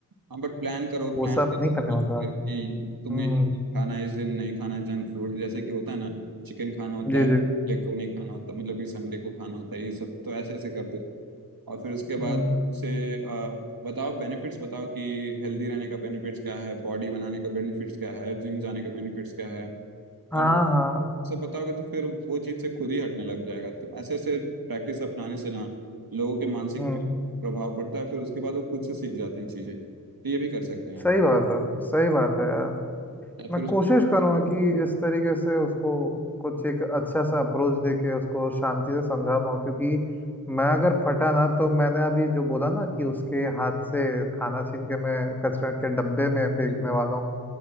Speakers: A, on the right; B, in the centre.
A: हाँ बट प्लान करो
B: वो
A: प्लान
B: सब
A: तो
B: नहीं करने
A: मत
B: वाला
A: करो कि तुम्हें
B: हम्म
A: ये खाना है, इस दिन नहीं खाना जंक फूड जैसे कि होता है ना चिकन खाना होता
B: जी
A: है
B: जी
A: संडे को नहीं खाना होता मतलब कि संडे को खाना होता है ये सब तो ऐसे ऐसे कर दो और फिर उसके बाद
B: हम्म
A: से आ, बताओ बेनिफिट्स बताओ कि हेल्दी रहने का बेनिफिट्स क्या है बॉडी बनाने का बेनिफिट्स क्या है जिम जाने का बेनिफिट्स क्या है और
B: हाँ हाँ
A: सब बताओगे तो फिर वो चीज़ से खुद ही हटने लग जाएगा तो ऐसे ऐसे प्रैक्टिस अपनाने से ना लोगों के मानसिक
B: हम्म
A: पे प्रभाव पड़ता है फिर उसके बाद वो खुद से सीख जाते हैं चीज़ें तो ये भी कर सकते हैं
B: सही
A: आप
B: बात है सही बात है यार
A: या
B: मैं
A: फिर
B: कोशिश करूँगा कि इस तरीके से उसको कुछ एक अच्छा सा अप्रोच दे के उसको शांति से समझा पाऊँ क्योंकि मैं अगर फटा ना तो मैंने अभी जो बोला ना कि उसके हाथ से खाना छीन के मैं कचरा के डब्बे में फेंकने
A: उसको
B: वाला हूँ